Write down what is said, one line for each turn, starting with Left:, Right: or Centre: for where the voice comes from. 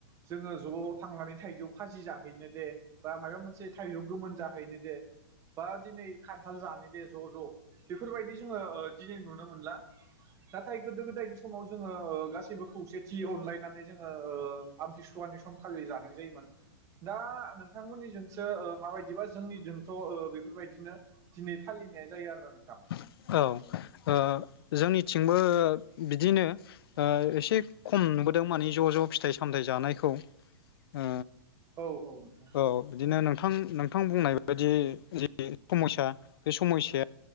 Right: जोङो ज' थांनानै थाइजौ खाजि जाहैनो दे बा माबा मोनसे थाइजौ गोमोन जाहैनो दे बा दिनै खान्थाल जानो दे ज' ज' बेफोरबायदि जोङो दिनै नुनो मोनला नाथाय गोदो गोदायनि समाव जोङो गासैबो खौसेथि अनलायनानै जोङो आमथिसुवानि सम खालि जानाय जायोमोन दा नोंथांमोननिजोंसो माबायदिबा जोंनिजोंथ' ओ बेफोर बेफोरबायदिनो दिनै फालिनाया जायो आरो ना नोंथां।
Left: औ ओ जोंनिथिंबो बिदिनो ओ एसे खम नुबोदों मानि ज' ज' फिथाइ सामथायाइ जानायखौ ओ
Right: औ औ नोंथां
Left: औ बिदिनो नोंथां नोंथां नोंथां बुंनाय बायदि जि समायसा बे समायसाया